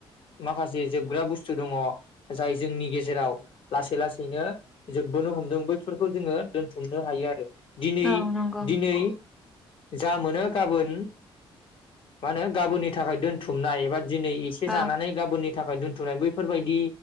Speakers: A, on the left; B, in the centre.
A: माखासे जोबग्रा बुसथु बुस्थु दङ जाय जोंनि गेजेराव लासै लासैनो जोबबोनो हमदों बैफोरखौ जोङो दोनथुमनो हायो आरो दिनै
B: औ नंगौ
A: दिनै जा मोनो गाबोन मा होनो गाबोननि थाखाय दोन्थुमनाय एबा दिनै एसे
B: औ
A: जानानै गाबोननि थाखाय दोन नाय बैफोरबायदि